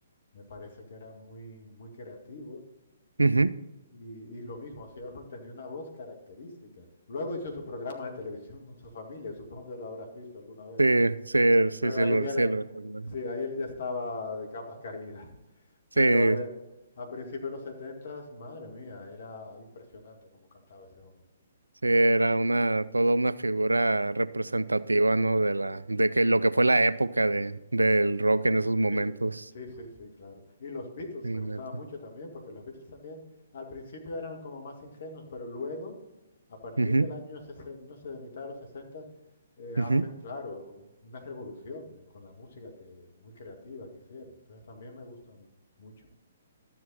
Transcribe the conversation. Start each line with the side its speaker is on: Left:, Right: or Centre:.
Left: me parece que era muy, muy creativo
Right: ujú,
Left: y, y lo mismo, hacía Osborne tenía una voz característica. Luego hizo su programa de televisión con su familia, supongo que lo habrás visto alguna vez.
Right: sí, sí, sí,
Left: Pero
Right: sí,
Left: ahí
Right: lo,
Left: ya
Right: sí,
Left: le,
Right: lo recuerdo.
Left: sí, ahí él ya estaba de capa caída. <laughs>
Right: Sí,
Left: Pero eh, a principios de los 70, madre mía, era impresionante como cantaba ese hombre.
Right: sí, era una, toda una figura representativa, ¿no? De la, de que lo que fue la época de, del rock en esos momentos,
Left: Sí, sí, sí, sí, claro. Y los Beatles
Right: sí,
Left: me gustaban
Right: neta.
Left: mucho también, porque los Beatles también al principio eran como más ingenuos, pero luego, a partir
Right: Ujú,
Left: del año, sesen- no sé, de mitad de los 60, eh,
Right: ujú.
Left: hacen, claro, un- una revolución eh, con la música que, muy creativa que hicieron. Entonces también me gustan mucho.